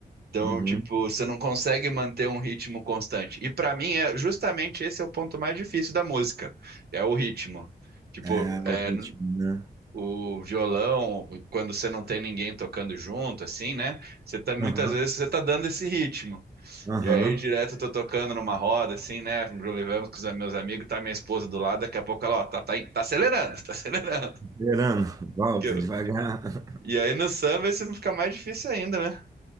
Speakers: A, on the right (about 75°); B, on the right (about 20°).
A: Então,
B: Uhum.
A: tipo, você não consegue manter um ritmo constante. E pra mim é justamente esse é o ponto mais difícil da música, é o ritmo. Tipo,
B: É, o
A: é,
B: ritmo, né?
A: o violão, quando você não tem ninguém tocando junto, assim, né? Você tá muitas
B: Aham,
A: vezes você tá dando esse ritmo.
B: aham.
A: E aí direto eu tô tocando numa roda, assim, né? Levamos com os meus amigos, tá minha esposa do lado, daqui a pouco ela, ó, tá, tá, tá acelerando, <laughs> tá acelerando.
B: Verano, volta
A: Que eu-
B: devagar.
A: E
B: <laughs>
A: aí no samba isso fica mais difícil ainda, né?